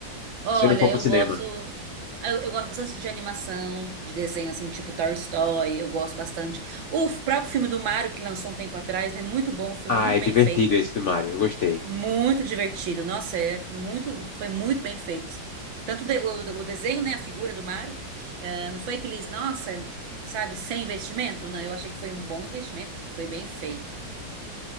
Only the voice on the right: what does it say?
Olha,
eu
gosto. ah, Eu, eu gosto bastante de animação, de desenho, assim, tipo Toy Story, eu gosto bastante. O f- próprio filme do Mario, que lançou um tempo atrás, né? Muito bom, um filme
muito
bem
feito,
muito divertido. Nossa, é muito, foi muito bem feito. Tanto de- o, o desenho, né? A figura do Mario. eh, não foi aqueles, nossa, sabe, sem investimento? Não, eu achei que foi um bom investimento, foi bem feito.